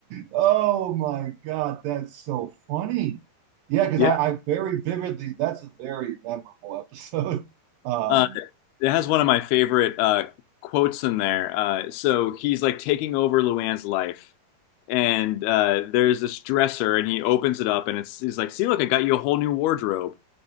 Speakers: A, on the right (about 80°); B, on the left (about 85°).
A: Oh my God, that's so funny. Yeah, because
B: Yeah,
A: I, I very vividly. That's a very memorable episode. Um,
B: uh, it has one of my favorite uh, quotes in there. Uh, so he's like taking over Luann's life, and uh, there's this dresser, and he opens it up, and it's he's like, "See, look, I got you a whole new wardrobe."